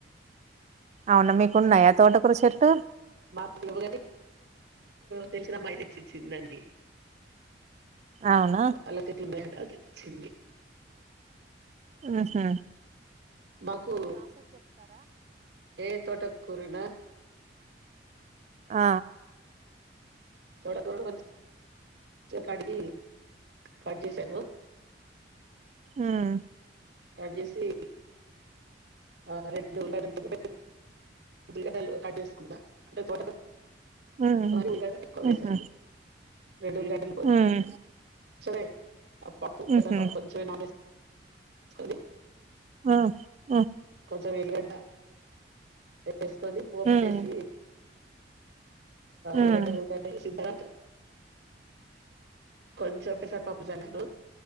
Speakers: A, on the right; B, on the right.
A: అవునా మీకున్నాయా తోటకూర చెట్టు
B: మాకురగాయలు తెలిసిన అమ్మాయి తె చ్చిచ్చిందండి
A: అవునా
B: వాాలకికి మేడ తెచింది
A: ఉహూ
B: మాకు ఏ తోట కూరనా
A: ఆ
B: తోట కూర త కొ కడిగి కట్ చేసాను
A: హ్మ్మ్
B: కట్ చేసి ఆ రెండు ల పె <unintelligible> అంటే తోట
A: ఉమ్
B: ఉల్ ఎక్కువ వేసాదు
A: ఉహు
B: <inaudible> రెడూల్ గాడి కొ
A: ఉమ్
B: సే పపూ ప్రజా
A: ఉహు
B: ప స నాస్త కొని
A: హ్మ్మ్
B: కొంత ఉల్లిగడ్డ వేసుకొని పోప్
A: ఉమ్
B: వేసి
A: ఉమ్
B: ఇలాంటి <inaudible> కొంచెం పెసరా పప్పు జల్లను